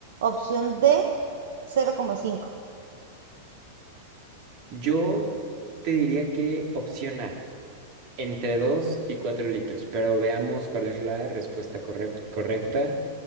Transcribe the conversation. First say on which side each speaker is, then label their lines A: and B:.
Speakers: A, on the right; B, on the right.
A: Opción D, 0,5.
B: Yo te diría que opción A, entre 2 y 4 litros, pero veamos cuál es la respuesta correc- correcta.